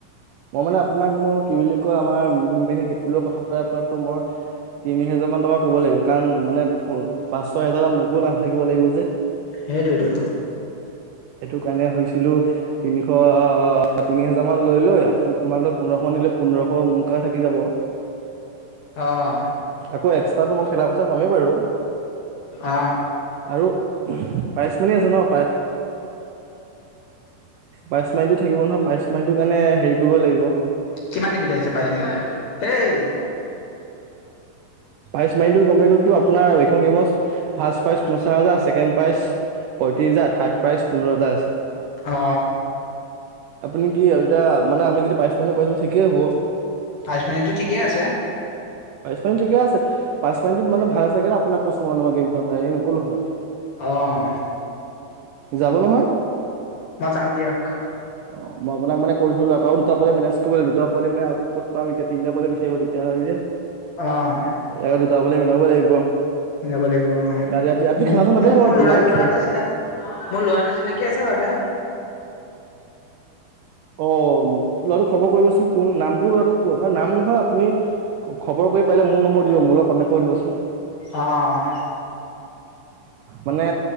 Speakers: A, on the right (about 75°); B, on the left (about 65°).
A: মই মানে আপোনাক মোক কি বুলি কয় আমাৰ মেইন সেইটো লগত কথা পতাই আপোনাকো মই তিনি হোজাৰ মান টকা কব লাগিব কাৰণ মানে পাঁচ ছয় হজাৰত মোকো লাভ থাকিব লাগিব যে।
B: সেইটোৱেতো
A: এইেটো কাৰণে ভাবিছিলো তিনিশ তিনি হাজাৰ মান লৈ লৈ তোমাক ধৰ পোন্ধৰশ মান দিলে পোন্ধৰশ মোৰ কাৰণে থাকি যাব।
B: অহ।
A: আকৌ এক্সট্ৰাটো মই খেলা পইচা মই পামে বাৰু।
B: অ
A: আৰু প্ৰাইজমণি আছে ন পাই প্ৰাইজ মানিটো থাকিব নহয় প্ৰাইজ মানিটো কাৰণে হেৰি কৰিব লাগিব
B: কিমান নিম বুলি আহিছে পাইছে এ ইেই।
A: পাইচ মাৰিটো কমেও গলতো আপোনাৰ এইখন গেমৰ ফাৰ্ষ্ট প্ৰাইজ পঞ্চাছ হাজাৰ ছেকেণ্ড প্ৰাইজ পঁয়ত্ৰিছ হাজাৰ থাৰ্ড প্ৰাইজ পোন্ধৰটা আছে।
B: অ।
A: আপুনি কি এতিয়া মানে আমি যদি পাইচ মিনিৰ পৰ্যন্ত ঠিকেই হ'ব।
B: প্ৰাইজ মানিটো ঠিকেই আছে।
A: প্ৰাইজ মানি ঠিকে আছে প্ৰাইজ মানিটো ভাল আছে কাৰণে আপোনাক কৈছো মই গেমখন এনে নকলো হয়
B: অ',
A: যাব নহয়।
B: মই যাম দিয়ক
A: অ মই আপোনাক মানে কৰি থলো আ আৰু দুটা পালি মেনেজ কৰিব লো দুটা পাল মে আক ক'ত। পাম এতিয়া তিনটা পোৱালি বিচাৰিব তেতিয়া হয় যে
B: অ',
A: আকৌ দুটা পোৱালি মিলাব লাগিব।
B: মিলাব লাগিব অ
A: ৰাতি ৰাতি ৰাতি খানা চানা তাতে
B: মোক
A: হ'ব
B: মোৰ লৰা
A: নাইট
B: লৰা
A: খেল
B: এটা চিনাকি। মোৰ ল'ৰা এটা চিনাকি আছে বাৰু এটা।
A: অ ল'ৰাটো খবৰ কৰিবচোন কোন নামটো লৰা নাম নহয় আপুনি খবৰ কৰি পাইলে মোৰ নম্বৰ দিব মোলে কনটেক কৰিব চোন
B: অ',
A: মানে